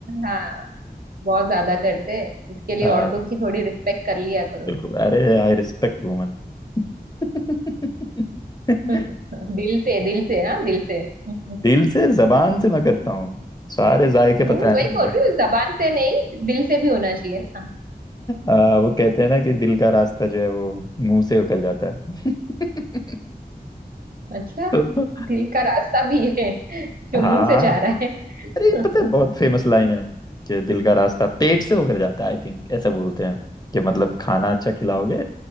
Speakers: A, on the right (about 60°); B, on the left (about 25°).
A: हाँ बहुत ज्यादा करते हैं इसके लिए
B: हाँ
A: औरतों की थोड़ी रिस्पेक्ट कर लिया करो
B: बिल्कुल अरे आई रिस्पेक्ट वुमन <laughs>
A: <laughs> दिल से दिल से हाँ दिल से हम्म
B: दिल से जबान से मैं करता हूँ सारे जायके
A: वही
B: पता है ना मुझे
A: बोल रही हूँ जबान से नहीं दिल से भी होना चाहिए ना
B: आ, वो कहते हैं ना कि दिल का रास्ता जो है वो मुंह से होकर जाता है <laughs>
A: अच्छा
B: तो
A: दिल का रास्ता भी है जो
B: हाँ
A: मुंह से जा रहा है
B: अरे ये
A: <laughs>
B: पता है बहुत फेमस लाइन है कि दिल का रास्ता पेट से होकर जाता है आई थिंक ऐसा बोलते हैं कि मतलब खाना अच्छा खिलाओगे